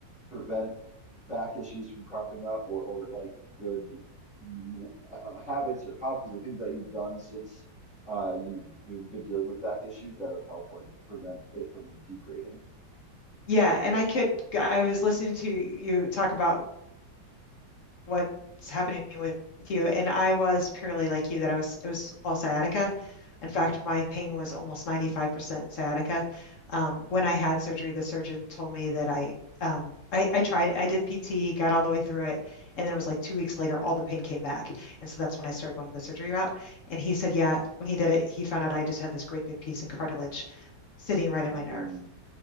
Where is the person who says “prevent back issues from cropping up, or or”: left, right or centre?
Centre